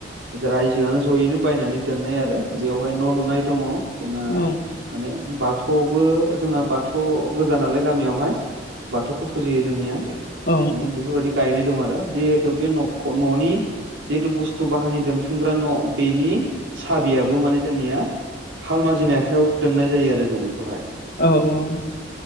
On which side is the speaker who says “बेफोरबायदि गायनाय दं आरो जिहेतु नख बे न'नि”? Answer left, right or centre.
Right